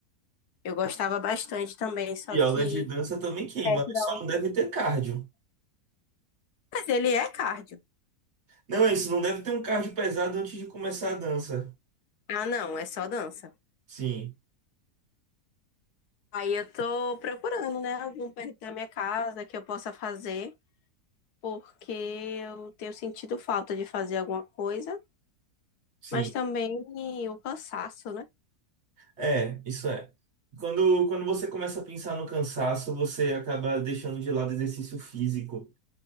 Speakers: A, on the left (about 75°); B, on the right (about 50°).
A: Eu gostava bastante também, só
B: yoga
A: que
B: de dança também queima,
A: perto
B: né?
A: da...
B: só não deve ter cardio.
A: Mas ele é cardio.
B: Não é isso, não deve ter um cardio pesado antes de começar a dança.
A: Ah, não, é só dança.
B: Sim,
A: Aí eu tô procurando, né, algum perto da minha casa que eu possa fazer, porque eu tenho sentido falta de fazer alguma coisa,
B: sim.
A: mas também o cansaço, né?
B: É, isso é. Quando, quando você começa a pensar no cansaço, você acaba deixando de lado exercício físico.